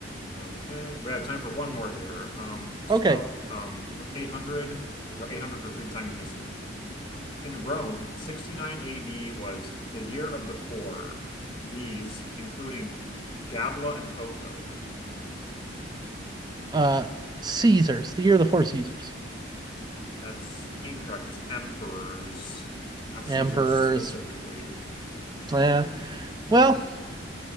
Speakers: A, on the left; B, on the right.
A: Okay, we have time for one more here. Um, so,
B: Okay.
A: um, for 800, so 800 for brief time in history. Um, in Rome, 69 AD was the year of the four. These, including Gabla and Otho.
B: Uh Caesars, the year of the four Caesars.
A: That's incorrect. It's emperors, not Caesars
B: Emperors.
A: specifically.
B: Yeah. Well,